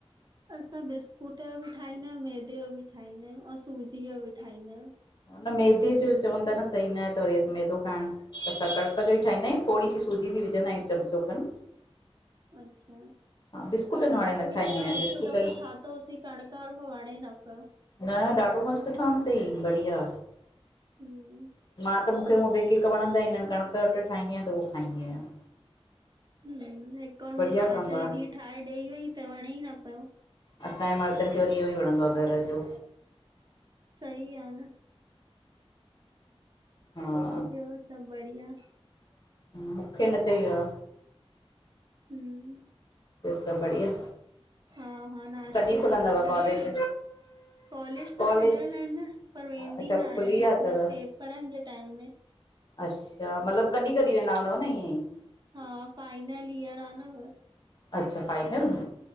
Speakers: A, on the right; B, on the left.
A: असां बिस्कुट जो बी ठाहींदा आहियूं, मैदे जो बी ठाहींदा आयूं अऊं सूजी जो बी ठाहींदा आहियूं।
B: न मैदे जो चवनता न सही न आहे, त वरी असीं मैदो खाइण त असां कणिक जो ई ठाहींदा आहियूं। थोड़ी सी सूजी बी विझंदा आहियूं चमचो खन।
A: अच्छा,
B: बिस्कुटनि
A: कड़क
B: वारे
A: जो
B: न
A: बी
B: ठाहींदी
A: तो ठहे,
B: आहियां
A: हिक
B: बिस्कुटनि
A: दफ़ो ठा तो हुयोसी। कणिक जो वणे न पियो।
B: न ॾाढो मस्त ठहंदो तई बढ़िया,
A: हम्म
B: मां त मूंखे हूअ ॿे केक वणंदा ई न आहिन। कणिक जे कट्टे जो ठाहींदी आयां त उहो खाईंदी आहियां।
A: हूम, हिक बार मुंजे
B: बढ़िया
A: चाचा
B: ठहंदो आहे
A: जी धीउ ठाहे ॾई वई त वणे ई न पियो।
B: असांजे मर्दन खे वरी इहो ई वणंदो आ घर जो।
A: सई आ न।
B: हा
A: ॿियो सभ बढ़िया?
B: मूंखे न चई वियो आ।
A: हूम
B: ॿियो सभ बढ़िया?
A: हा, हा नाश्तो
B: कॾहिं खुलंदव
A: छा ता ठाहियो?
B: कॉलेज
A: कॉलेज त
B: कॉलेज
A: खुलियल आहिनन, पर वेंदी
B: अच्छा
A: न
B: खुली
A: आहियां,
B: विया अथव
A: बस पेपरन जे टाइम में।
B: अच्छा! मतलबु कॾीं-कॾीं वेंदा हूंदव न ईअं ई।
A: हा, फाइनल ईयर आ न बस।
B: अच्छा! फाइनल में?